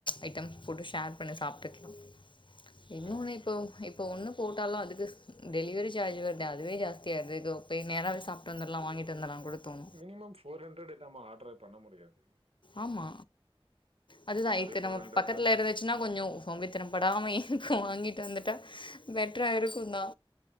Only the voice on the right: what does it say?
கரெக்ட்.
மினிமம் ஃபோர் ஹண்ட்ரட் இல்லாம ஆர்டரே பண்ண முடியாது
பட்
அதே
இருந்தா